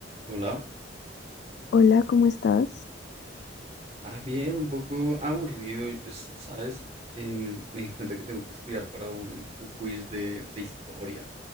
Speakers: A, on the right; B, on the left.
A: Hola.
B: Hola, ¿cómo estás?
A: Ah, bien, un poco aburrido y pues, ¿sabes? Em, me di cuenta que tengo que estudiar para un, un quiz de, de historia.